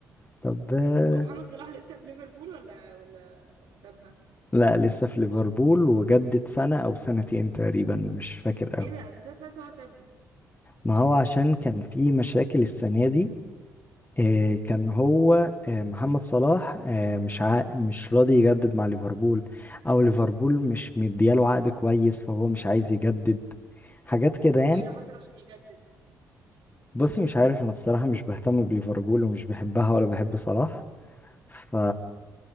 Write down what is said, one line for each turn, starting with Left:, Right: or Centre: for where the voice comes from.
Left: طب آه،
Right: هو محمد صلاح لسه في ليفربول ولا ولا ولا سابها
Left: لا لسه في ليفربول وجدد سنه او سنتين تقريبا مش فاكر قوي
Right: ايه ده بس انا سمعت إن هو سابها
Left: ما هو عشان كان في مشاكل السنه دي آه، كان هو آه، محمد صلاح آه، مش عا... مش راضي يجدد مع ليفربول او ليفربول مش مدياله عقد كويس فهو مش عايز يجدد حاجات كده
Right: طب
Left: يعني
Right: وايه اللي حصل عشان يجدد
Left: بصي مش عارف انا بصراحه مش بهتم بليفربول ومش بحبها ولا بحب صلاح ف